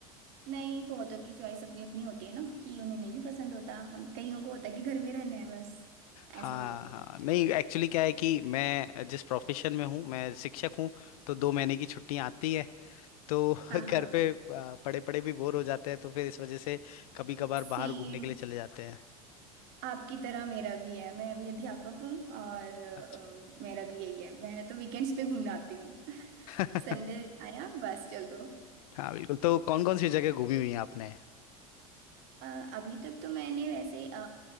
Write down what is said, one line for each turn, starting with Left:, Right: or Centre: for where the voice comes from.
Right: नहीं बहुतों की चॉइस अपनी अपनी होती है ना कि उन्हें नहीं भी पसंद होता उन कईयों को होता है कि घर में रहना है बस
Left: हाँ
Right: ऐसा भी होता
Left: हाँ
Right: है
Left: नहीं एक्चुअली क्या है कि मैं जिस प्रोफेशन में हूँ मैं शिक्षक हूँ तो दो महीने की छुट्टियाँ आती है तो <laughs>
Right: हाँ
Left: घर
Right: हाँ
Left: पे आ, पड़े पड़े भी बोर हो जाते हैं तो फिर इस वजह से कभी कभार
Right: सेम
Left: बाहर घूमने के लिए चले जाते
Right: आपकी तरह मेरा भी है मैं भी अध्यापक हूँ और अ,
Left: हैं
Right: मेरा भी यही है मैं तो वीकेंड्स पे घूमने आती हूँ <laughs>
Left: <laughs>
Right: संडे आया बस चल दो
Left: हाँ बिल्कुल तो कौन कौन सी जगह घूमी हुई है आपने
Right: अ, अभी तक तो मैंने वैसे अ,